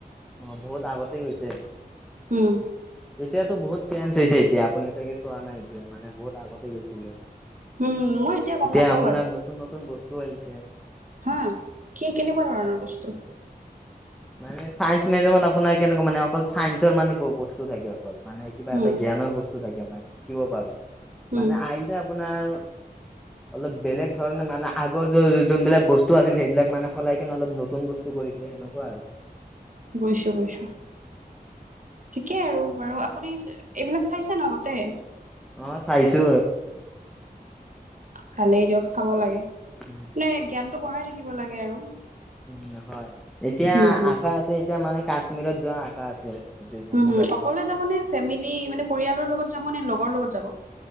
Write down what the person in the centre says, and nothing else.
অ, বহুত আগতে, গৈছে।
এতিয়াতো বহুত চেঞ্জ হৈছে, এতিয়া আপুনি চাগে চোৱা, নাই এতিয়া মানে বহুত আগতেই গৈছিলে।
এতিয়া
আপোনাৰ
নতুন, নতুন, বস্তুও আহিছে।
মানে চাইন্স মেজিয়ামত আপোনাৰ কেনেকুৱা মানে অকল, চাইন্সৰ মানে ব-বস্তু থাকে অকল, মানে। কিবা
এটা জ্ঞানৰ বস্তু থাকে, মান শিকিব পাৰো,
মানে আহিছে আপোনাৰ অলপ বেলেগ ধৰণে মানে আগৰ য, যোনবিলাক বস্তু আছিল সেইবিলাক মানে সলাই কিনে অলপ নতুন বস্তু কৰিছে। সেনেকুৱা আৰু।
অ, চাইছো।
উম,
উম, হয়। এতিয়া
আশা আছে এতিয়া মানে, কাশ্মীৰত যোৱা। <inaudible>